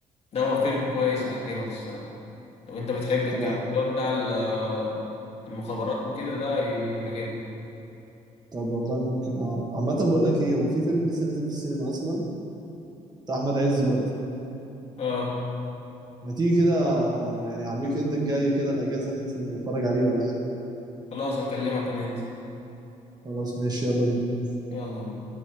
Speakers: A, on the left (about 50°); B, on the right (about 30°).
A: ده هو فيلم كويس هيعجبك الصراحة لو انت بتحب الجو
B: طبعا
A: اللي هو بتاع ال- المخابرات وكده ده هيعجبك
B: طب والله ممكن اه عامة بقول لك ايه هو في فيلم لسه نازل في السينما اصلا بتاع احمد عز برضه
A: اه
B: ما تيجي كده يعني على الويك اند الجاي كده الاجازه ننزل نتفرج عليه ولا حاجه
A: خلاص اكلمك وننزل
B: خلاص ماشي يلا بينا
A: يلا بينا